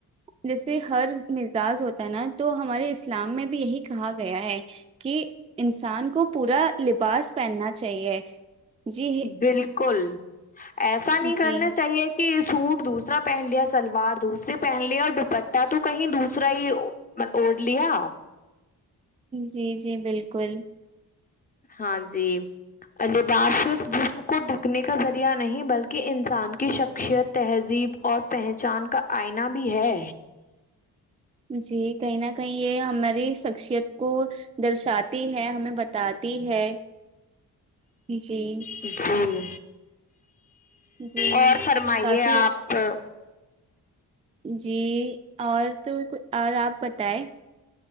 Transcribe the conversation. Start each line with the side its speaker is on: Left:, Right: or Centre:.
Right: جیسے ہر مزاج ہوتا ہے نا تو ہمارے اسلام میں بھی یہی کہا گیا ہے کہ انسان کو پورا لباس پہننا چاہیے جی
Left: بالکل ایسا نہیں کرنا
Right: جی
Left: چاہیے کہ سوٹ دوسرا پہن لیا سلوار دوسری پہن لیا اور دوپٹہ تو کہیں دوسرا ہی مط اوڈ لیا
Right: جی جی بالکل
Left: ہاں جی الباس صرف جس کو ڈھکنے کا ذریعہ نہیں بلکہ انسان کی شخشیت تہذیب اور پہچان کا آئنا بھی ہے
Right: جی کہیں نہ کہیں یہ ہماری شخشیت کو درشا تی ہے ہمیں بتاتی ہے جی
Left: جی
Right: جی
Left: اور فرمائیے
Right: کافی
Left: آپ
Right: جی اور تو اور آپ بتائیں